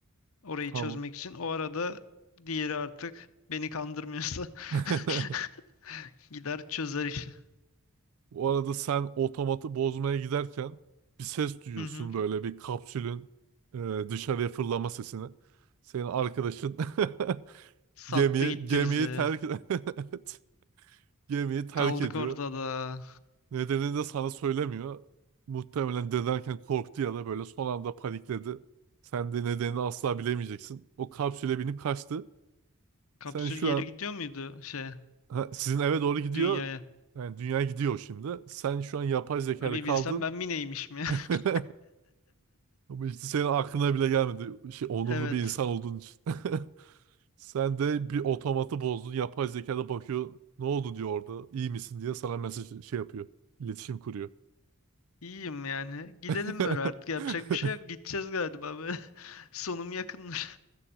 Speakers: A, on the left; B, on the right.
A: Orayı
B: Tamam.
A: çözmek için. O arada diğeri artık beni kandırmıyorsa
B: <laughs>
A: <laughs> gider çözer işi.
B: O arada sen otomatı bozmaya giderken bir ses duyuyorsun
A: Hı hı.
B: böyle bir kapsülün e, dışarıya fırlama sesini. Senin arkadaşın <laughs>
A: Sattı
B: Gemiyi,
A: gitti
B: gemiyi
A: bizi.
B: terk <laughs> Evet. gemiyi terk
A: Kaldık
B: ediyor.
A: ortada.
B: Nedenini de sana söylemiyor. Muhtemelen dedenken korktu ya da böyle son anda panikledi. Sen de nedenini asla bilemeyeceksin. O kapsüle binip kaçtı.
A: Kapsül
B: Sen şu
A: geri
B: an
A: gidiyor muydu şeye,
B: ha, sizin eve doğru gidiyor.
A: dünyaya?
B: Yani dünya gidiyor şimdi. Sen şu an yapay zekayla
A: Abi
B: kaldın.
A: bilsem ben mi neymişim ya.
B: <laughs>
A: <laughs>
B: Ama işte senin aklına bile gelmedi. Şey, onurlu
A: Evet.
B: bir insan olduğun için. <laughs> Sen de bir otomatı bozdun. Yapay zeka da bakıyor. Ne oldu diyor orada. İyi misin diye sana mesaj şey yapıyor. İletişim kuruyor.
A: İyiyim yani. Gidelim
B: <laughs>
A: böyle artık yapacak bir şey yok. Gideceğiz galiba böyle. <laughs> Sonum yakınmış.